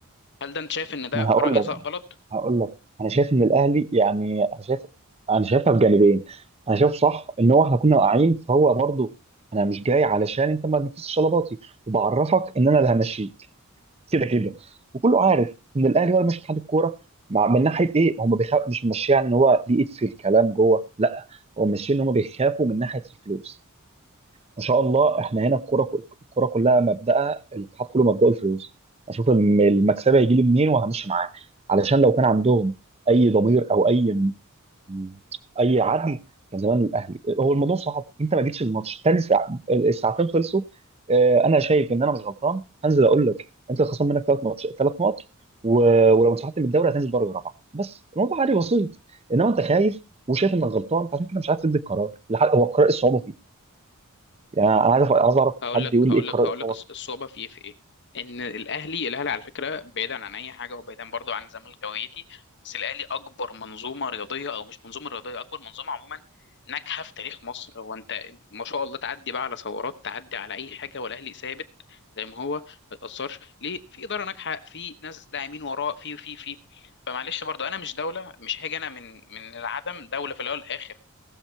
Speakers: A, on the left; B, on the right.
A: هل ده أنت شايف إن ده
B: ما انا هقول
A: رأي
B: لك
A: صح- غلط
B: هقول لك انا شايف ان الاهلي يعني انا شايف انا شايفها بجانبين انا شايف صح ان هو احنا كنا واقعين فهو برضه انا مش جاي علشان انت ما تنفذش طلباتي وبعرفك ان انا اللي همشيه كده كده وكله عارف ان الاهلي هو اللي ماشي اتحاد الكوره مع من ناحيه ايه هم بيخاف مش ماشيين ان هو ليه ايد في الكلام جوه لا هو ماشيين ان هم بيخافوا من ناحيه الفلوس ما شاء الله احنا هنا الكوره الكوره كلها مبدأها الاتحاد كله مبدأه الفلوس اشوف الم- المكسبه هيجي لي منين وهمشي معاه علشان لو كان عندهم اي ضمير او اي مم. اي عدل كان زمان الاهلي هو الموضوع صعب انت ما جيتش الماتش تاني ساعة الساعتين خلصوا آه، انا شايف ان انا مش غلطان هنزل اقول لك انت خصم منك ثلاث ماتش ثلاث نقط و... ولو انسحبت من الدوري هتنزل درجه رابعه بس الموضوع عادي بسيط انما انت خايف وشايف انك غلطان عشان كده مش عارف تدي القرار لحد... هو القرار إيه الصعوبه فيه يعني انا عايز عايز اعرف
A: هقول
B: حد
A: لك
B: يقول
A: هقول
B: لي ايه القرار
A: لك هقول
B: الصعوبه
A: لك الص- الصعوبه في ايه في ايه ان الاهلي الاهلي على فكره بعيدا عن اي حاجه وبعيدا برضو عن زمالك هويتي بس الاهلي اكبر منظومه رياضيه او مش منظومه رياضيه اكبر منظومه عموما ناجحه في تاريخ مصر هو انت ما شاء الله تعدي بقى على ثورات تعدي على اي حاجه والاهلي ثابت زي ما هو ما يتاثرش ليه في اداره ناجحه في ناس داعمين وراه في في في فمعلش برضو انا مش دوله مش هاجي انا من من العدم دوله في الاول والاخر